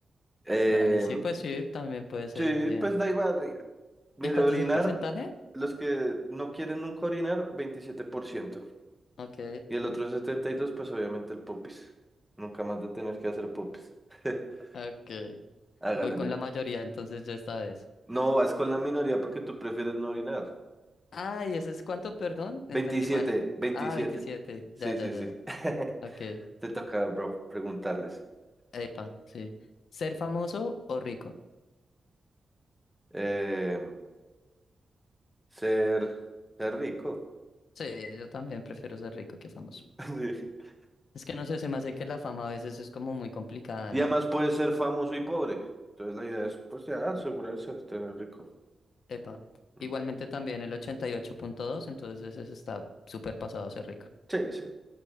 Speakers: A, in the centre; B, on the left.
A: Eh,
B: Dale, sí, pues sí, también puede ser,
A: sí,
B: bien.
A: pues da igual. marica. Mire,
B: ¿Y cuánto
A: orinar...
B: es el porcentaje?
A: Los que no quieren nunca orinar, 27%.
B: Ok,
A: Y el otro 72 pues obviamente el popis. Nunca más de tener que hacer popis. <laughs>
B: ok.
A: Hágale,
B: Voy con
A: met.
B: la mayoría, entonces yo esta vez.
A: No, vas con la minoría porque tú prefieres no orinar.
B: Ah, ¿y eso es cuánto, perdón? Entendí
A: veintisiete
B: mal.
A: veintisiete
B: Ah, 27.
A: Sí,
B: Ya, ya,
A: sí,
B: ya,
A: sí.
B: ya.
A: <laughs>
B: Ok.
A: Te toca, bro, preguntarles.
B: Epa, sí. ¿Ser famoso o rico?
A: Eh, ser, ser rico.
B: Sí, yo también prefiero ser rico que famoso.
A: <laughs> Sí.
B: Es que no sé, se me hace que la fama a veces es como muy complicada,
A: Y
B: ¿no?
A: además puedes ser famoso y pobre. Entonces la idea es, pues ya, asegurarse de estar rico.
B: Epa.
A: Mm.
B: Igualmente también el 88.2, entonces ese está súper pasado ser rico.
A: Sí, sí.